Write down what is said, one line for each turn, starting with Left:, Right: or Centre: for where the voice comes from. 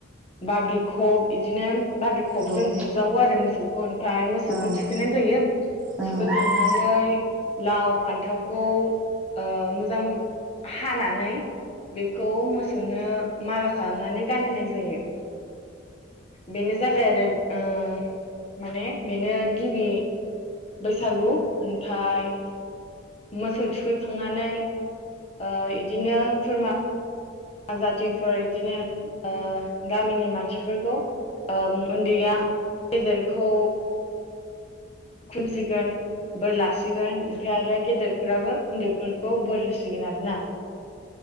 Left: बाब्रि खब इदिनो बाब्रि खब
Centre: औ
Left: जों बुज्रावो आरो मोसौखौ। ओमफ्राय मोसौखौ
Centre: ओं
Left: थुखैनाय जायो
Centre: नोंथांनाव
Left: थुखै खांनानै लाव फान्थावखौ ओ मोजां मोजा हानानै बेखौ मोसौनो माला खालामनानै गानहोनाय जायो। बेनो जाबाय आरो ओ माने बेनो गिबि बैसागु। ओमफ्राय मोसौ थुखैखांनानै। ओ इदिनो खुरमा जाथिफोर बइदिनो ओ गामिनि मानसिफोरखौ ओम उन्दैया गेदेरखौ खुमसिगोन बोरलास सिगोन ओमफ्राय आरो गेदेरफोराबो उन्दैफोरखौ बोर होसिगोन आरो ना।